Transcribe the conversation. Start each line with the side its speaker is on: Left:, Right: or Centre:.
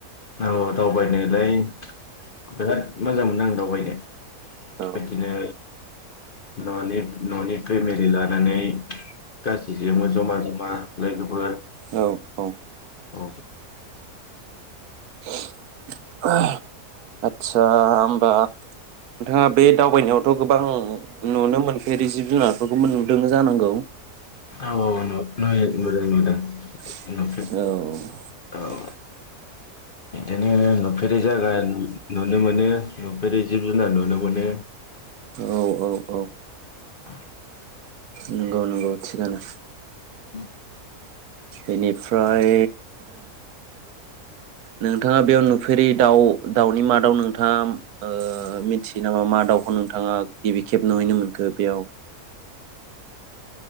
Left: औ दावबायनोलाय बिराद मोजां मोनो आं दावबायनो
Right: औ
Left: बिदिनो ननि ननि फेमिली लानानै गासै जोंबो जमा जमा लोगोफोर
Right: औ औ
Left: औ
Right: <inaudible> <inaudible> आटस्सा होमबा नोंथाङा बे दावबायनायावथ' गोबां नुनो मोनफेरै जिब जुनारफोरखौबो नुदों जानांगौ
Left: औ औ नुनय नुदों नुदों <inaudible>
Right: औ
Left: नुफेर औ बिदिनो नुफेरै जायागा नुनो मोनो नुफेरै जिब जुनार नुनो मोनो
Right: औ औ औ
Left: <inaudible>
Right: नंगौ नंगौ थिगानो
Left: <inaudible>
Right: बेनिफ्राय नोंथाङा बेयाव नुफेरै दाउ दाउनि माादाव नोंथाङा ओ मिथियो नामा मा दाउखौ नोंथाङा गिबि खेब नुहैनो मोनखो बेयाव?